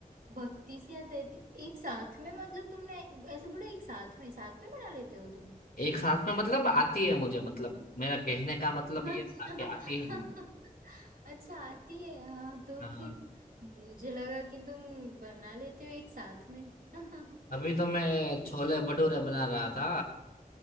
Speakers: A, on the right; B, on the left.
A: बत्तीस या तैतीस एक साथ में मतलब तुमने ऐसे बोला एक साथ में साथ में बना लेते हो तुम
B: एक साथ में मतलब आती है मुझे मतलब मेरा कहने का मतलब
A: अच्छा
B: ये था कि आती है
A: <laughs> अच्छा आती है हाँ तो
B: हाँ
A: ठीक मुझे लगा कि तुम बना लेते हो एक साथ में <laughs>
B: अभी तो मैं
A: ठीक
B: छोले भटूरे बना रहा था